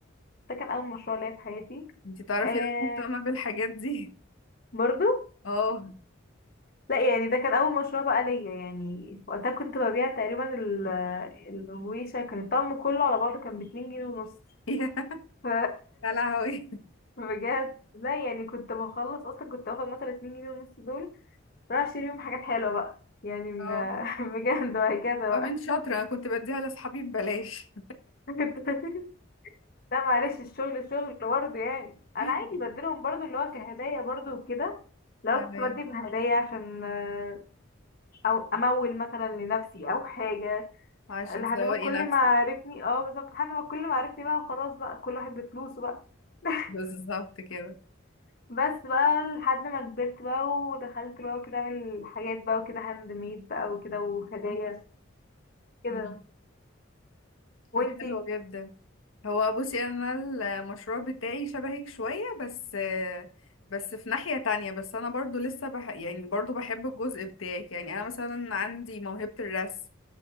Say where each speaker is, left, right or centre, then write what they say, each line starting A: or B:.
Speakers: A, on the left; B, on the left.
A: ده كان أول مشروع ليا في حياتي
B: انت تعرفي
A: آه
B: ان انا مهتمة بالحاجات دي
A: برضو
B: اه
A: لا يعني ده كان اول مشروع بقى ليا يعني وقتها كنت ببيع تقريبا ال- الهويشة كان الطقم كله على بعضه كان باتنين جنيه ونص
B: <laughs>
A: ف
B: يا لهوي
A: <laughs> بجد لا يعني كنت بخلص اصلا كنت باخد مثلا اتنين جنيه ونص دول رايح اشتري بيهم حاجات حلوة بقى يعني ما
B: اه
A: <laughs> بجد وهكذا
B: طب
A: بقى
B: انت شاطرة انا كنت بديها لاصحابي ببلاش
A: <laughs> لا معلش الشغل شغل برضه يعني انا
B: <laughs>
A: عادي بديلهم برضه اللي هو كهدايا برضه وكده لو
B: تمام
A: كنت بدي بهدايا عشان آه، او امول مثلا لنفسي او حاجة
B: عشان
A: لحد
B: تسوقي
A: ما كل
B: نفسك
A: ما عرفني اه بالظبط لحد ما كل ما عرفني بقى وخلاص بقى كل واحد بفلوسه بقى <laughs>
B: بالظبط كده
A: بس بقى لحد ما كبرت بقى ودخلت بقى وكده اعمل حاجات بقى وكده هاند ميد بقى وكده وهدايا كده
B: مم.
A: وانتي
B: طب حلو جدا هو بصي انا المشروع بتاعي شبهك شوية بس بس في ناحية تانية بس انا برضو لسه بح... يعني برضو بحب الجزء بتاعك يعني انا مثلا عندي موهبة الرسم